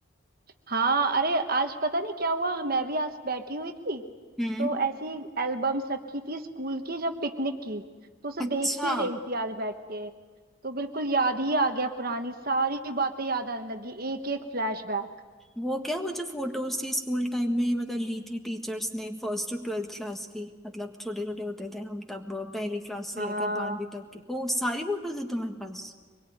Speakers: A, on the right (about 45°); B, in the centre.
A: हाँ अरे आज पता नहीं क्या हुआ मैं भी आज बैठी हुई थी
B: हम्म
A: तो ऐसी एल्बम्स रखी थी स्कूल की जब पिकनिक की तो उसे
B: अच्छा
A: देख ही रही थी आज बैठ के तो बिल्कुल याद ही आ गया पुरानी सारी बातें याद आने लगी एक एक फ्लैशबैक
B: वो क्या वो जो फोटोज थी स्कूल टाइम में मतलब ली थी टीचर्स ने फर्स्ट टू ट्वेल्थ क्लास की मतलब छोटे छोटे होते थे हम तब अ, पहली क्लास से
A: हाँ
B: लेकर बारहवीं तक की ओ सारी फोटोज है तुम्हारे पास